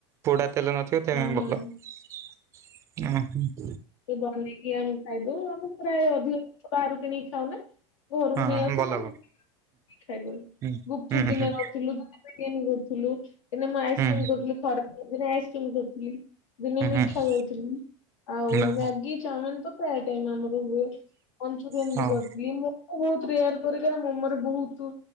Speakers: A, on the right (about 20°); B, on the left (about 85°).
A: ପୋଡା ତେଲ ନଥିବ ତେପାଇ
B: ହଁ
A: ଭଲ
B: ହଁ
A: ଓ।
B: ଏ ବନେଇକି ଆମେ ଖାଇଦଉ ଆମେ ପ୍ରାୟ ଅଧିକ ଜିନିଷ ବାହାରୁ କିଣିକି ଖାଉନା। ଘରକୁ ନେଇଆସୁ
A: ହଁ ଭଲ
B: ତାବେ।
A: ଭଲ।
B: ଖାଇଦେଉ
A: ହୁଁ
B: ଗୁପଚୁପ
A: ହୁଁ
B: ଦିନେ
A: ହୁଁ
B: କରୁଥିଲୁ ଦିନେ ବିରୀୟାନି କରିଥିଲୁ। ଦିନେ ମୁଁ ଆଇସ୍କ୍ରିମ
A: ହୁଁ
B: କରିଥିଲି ଖରା ଦିନେ ଆଇସ୍କ୍ରିମ କରୁଥିଲି ଦିନେ
A: ହୁଁ
B: ମିଠା
A: ହୁଁ ହୁଁ
B: କରିଥିଲି। ଆଉ
A: ହୁଁ
B: ମ୍ୟାଗି ଚାଉମିନ ତ ପ୍ରାୟ ଟାଇମ୍ ଆମର ହୁଏ ମଞ୍ଚୁରିଆନ
A: ହଉ।
B: ବି କରିଦିଏ ମୁଁ। ମୁଁ ବହୁତ ରେୟାର କରେ କରଣ ମୋମରେ ବହୁତ